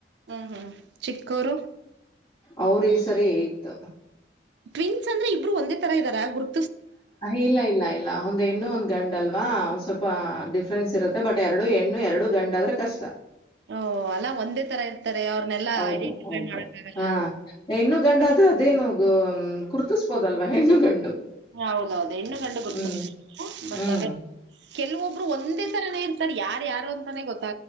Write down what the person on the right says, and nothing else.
ಹ್ಮ್ ಹ್ಮ್ ಚಿಕ್ಕೂರು.
ಪ್ರಿನ್ಸ್ ಅಂದ್ರೆ ಇಬ್ಬರು ಒಂದೇ ತರ ಇದಾರ ಗುರ್
ಹ ಓ ಅಲ್ಲಾ ಒಂದೇ ತರ ಇರ್ತಾರೆ ಅವ್ರನೆೆಲ್ಲಾ
ಐಡೆಂಟಿಫೈ
ಮಾಡಕ್ಕ ಆಗಲ್ಲ.
ಹೌದೌದು ಹೆಣ್ಣು ಗಂಡು ಗುರ್ತಸ್
ಬೋದು ಬಟ್
ಅದೇ ಕೆಲವೊಬ್ರು ಒಂದೇ ತರನೇ. ಇರ್ತಾ ಯಾರ ಯಾರು ಅಂತಾನೇ ಗೊತ್